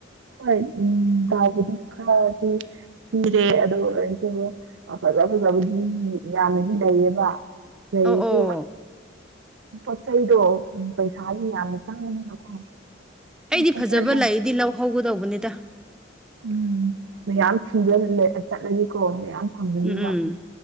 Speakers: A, on the right; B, in the centre.
A: ꯍꯣꯏ ꯎꯝ ꯗꯥꯎꯕꯨꯗꯤ ꯈꯔꯗꯤ ꯁꯤꯔꯦ ꯑꯗꯣ <unintelligible> ꯐꯖ ꯐꯖꯕꯗꯤ ꯌꯥꯝꯅꯗꯤ ꯂꯩꯌꯦꯕ ꯂꯩꯁꯨ
B: ꯑꯣ ꯑꯣ
A: ꯄꯣꯠ ꯆꯩꯗꯣ ꯄꯩꯁꯥꯒꯤ ꯌꯥꯝꯅ ꯆꯪꯕꯅꯤꯅꯀꯣ
B: ꯑꯩꯗꯤ
A: ꯄꯣꯠ
B: ꯐꯖꯕ
A: ꯆꯩꯗꯣ
B: ꯂꯩꯗꯤ ꯂꯧꯍꯧꯒꯗꯧꯕꯅꯤꯗ
A: ꯎꯝ ꯃꯌꯥꯝ ꯊꯤꯕ ꯂꯦ ꯆꯠꯂꯒꯦꯀꯣ ꯃꯌꯥꯝ ꯐꯪꯒꯅꯤꯕ
B: ꯎꯝ